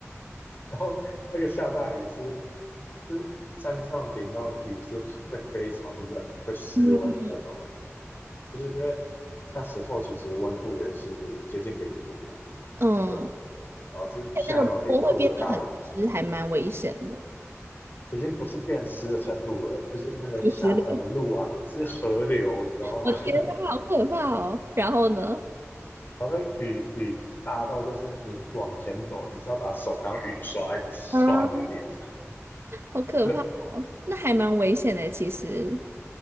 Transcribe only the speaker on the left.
然后那个下大雨是就是山上淋到雨是会非常冷，会失温的那种，
就是因为那时候其实温度也是接近零度了，
对，然后是下那种零度的大雨，
已经不是变湿的程度了，就是那个下山的路啊是河流，
你知道吗？
<laughs>
然后那个雨雨大到就是你往前走，你是要把手当雨刷一直刷你的脸，
<laughs> 对。